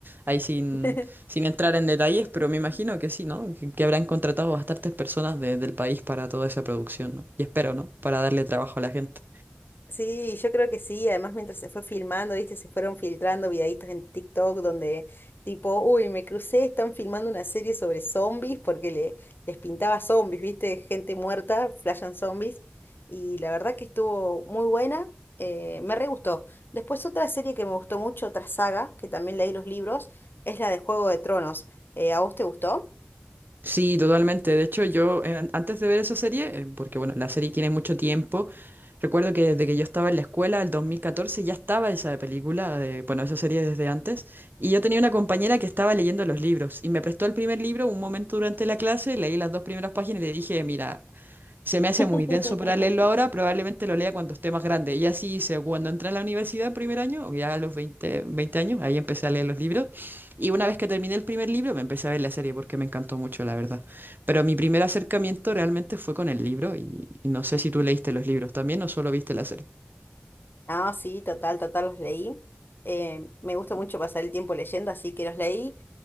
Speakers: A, on the right; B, on the left.
A: Ahí sin,
B: <laughs>
A: sin entrar en detalles, pero me imagino que sí, ¿no? Que, que habrán contratado bastantes personas de- del país para toda esa producción, ¿no? Y espero, ¿no? Para darle trabajo a la gente.
B: Sí, yo creo que sí. Además, mientras se fue filmando, viste, se fueron filtrando videitos en TikTok donde tipo, uy, me crucé, están filmando una serie sobre zombies porque le, les pintaba zombies, viste, gente muerta, flashan zombies. Y la verdad que estuvo muy buena, eh, me re gustó. Después otra serie que me gustó mucho, otra saga, que también leí los libros, es la de Juego de Tronos. Eh, ¿a vos te gustó?
A: Sí, totalmente. De hecho, yo eh, an- antes de ver esa serie, eh, porque bueno, la serie tiene mucho tiempo, recuerdo que desde que yo estaba en la escuela, el 2014, ya estaba esa película, eh, bueno, esa serie desde antes, y yo tenía una compañera que estaba leyendo los libros y me prestó el primer libro un momento durante la clase, leí las dos primeras páginas y le dije, mira, se me hace
B: <laughs>
A: muy denso para leerlo ahora, probablemente lo lea cuando esté más grande. Y así hice cuando entré a la universidad en primer año, o ya a los veinte veinte años, ahí empecé a leer los libros. Y una vez que terminé el primer libro, me empecé a ver la serie porque me encantó mucho, la verdad. Pero mi primer acercamiento realmente fue con el libro y, y no sé si tú leíste los libros también o solo viste la serie.
B: Ah, sí, total, total, los leí. Eh, me gusta mucho pasar el tiempo leyendo, así que los leí.